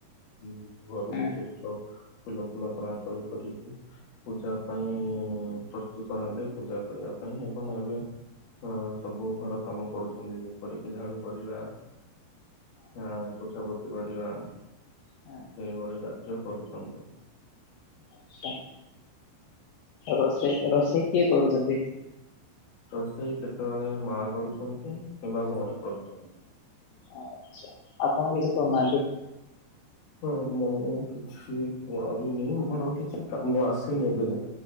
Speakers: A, on the left; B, on the left.
A: ହଁ ଘରୁ
B: ଏଁ
A: କିଛି ଫୁଲ ଫୁଲ ଫୁଲ ତୋଳା ତୋଳି କରିକି ପୂଜା ପାଇଁ ପ୍ରସ୍ତୁତ ହେଲେ ପୂଜା କରିବା ପାଇଁ ଏବଂ ଏବେ ହଁ ସବୁ ଘର କାମ କରୁଛନ୍ତି ଯେପରିକି ଝାଡୁ କରିବା। ହଁ ପୋଛା ପୋଛି କରିବା
B: ହଁ
A: ସେଇଭଳି ତ କରୁଛନ୍ତି।
B: ଆଛା ରୋଷେଇ ରୋଷେଇ କିଏ କରୁଛନ୍ତି?
A: ରୋଷେଇ କେତେବେଳେ ମା କରୁଛନ୍ତି କିମ୍ବା ଭଉଣୀ କରୁଛନ୍ତି।
B: ଆଚ୍ଛା ଆପଣ କିଛି କରୁନାହାନ୍ତି?
A: ହଁ ମୁଁ କିଛି କରିନି ମୋର କିଛି କ ମୁଁ ଆସିନି ଏବେ